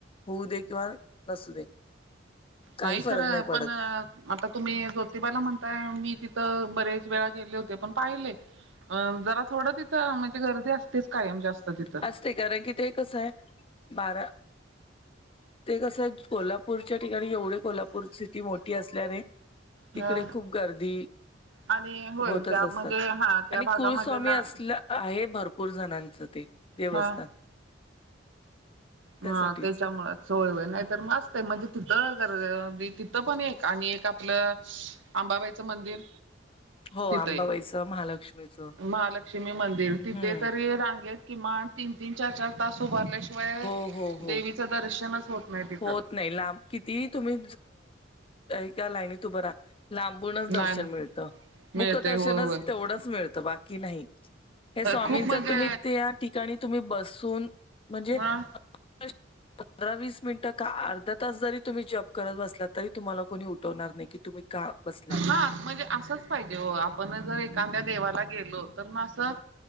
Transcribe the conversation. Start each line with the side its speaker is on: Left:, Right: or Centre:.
Left: होऊ दे किंवा नसू दे. काही
Right: नाही
Left: फरक
Right: खरं
Left: पडत
Right: पण, आता तुम्ही ज्योतिबाला म्हणताय. मी तिथं बरेच वेळा गेले होते पण पाहिले. अ जरा थोडं तिथं म्हणजे गर्दी असतेच कायम जास्त तिथं.
Left: असते कारण कि ते कसं आहे बारा ते कसं आहे कोल्हापूरच्या ठिकाणी एवढे कोल्हापूर सिटी मोठी असल्याने. तिकडे
Right: ह
Left: खूप गर्दी.
Right: आणि होय
Left: होतंच
Right: त्या
Left: असतात
Right: म्हणजे हा त्या
Left: आणि
Right: भागामध्ये
Left: कुळस्वामी
Right: ना
Left: असलं. आहे भरपूर जणांचं ते देवस्थान.
Right: ह हा
Left: त्यासाठीच.
Right: तेच्यामुळं. सोय हो नाही तर मग अस्तय म्हणजे, तिथं तिथं पण एक आणि एक आपलं. अंबाबाईचं मंदिर.
Left: हो
Right: तिथं
Left: आंबाबाईचं
Right: एक
Left: महालक्ष्मीचं
Right: महालक्ष्मी मंदिर तिथे
Left: हम्म.
Right: तरी रांगेत. किमान तीन तीन, चार चार तास उभारल्याशिवाय.
Left: हो हो हो..
Right: देवीचं दर्शनच होत नाही तिथं
Left: होतं. नाही लांब किती तुम्ही एका लाईनीत उभ राहा. लांबूनच दर्शन
Right: नाही नाही
Left: मिळतं मुखदर्शनच
Right: मिळतय होय होय
Left: तेवढंच मिळतं बाकी नाही. हे स्वामींच
Right: खूप म्हणजे
Left: तुम्ही त्या ठिकाणी तुम्ही बसून. म्हणजे,
Right: ह
Left: पंधरा वीस मिनिटं का, अर्धा तास जरी तुम्ही जप. करत बसला तरी तुम्हाला कोणी उठवणार नाही की तुम्ही का बसलात.
Right: हा म्हणजे असंच पाहिजे हो. आपण जर एखाद्या देवाला गेलो तर मग असं.